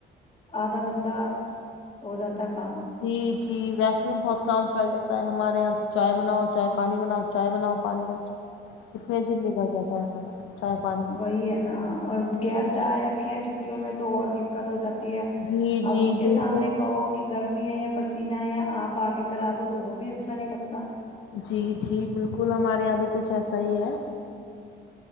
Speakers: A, on the left; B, on the left.
A: آدھا بندہ ہو جاتا ہے کام
B: جی جی ویسے بھی بہت کام پھیل جا ہے ہمارے یہاں تو چائے بناؤ چائے پانی بناؤ چائے بناؤ پانی اس میں دن نکل جاتا ہے ہمارا چائے پانی میں
A: وہئییا ن اور گیس آئے رکھے ہیں چھٹیوںں میں تو اور دقت ہو جاتی ہے
B: جی
A: اب
B: جی
A: ان کے
B: بالکل
A: سامنے کہو کہ گرمی ہے یا پسینہ ہے یا آپ آ کے کرا دو تو وہ بھی اچھا نہیں لگتا
B: جی جی بالکل ہمارے یہاں بھی کچھ ایسا ہی ہے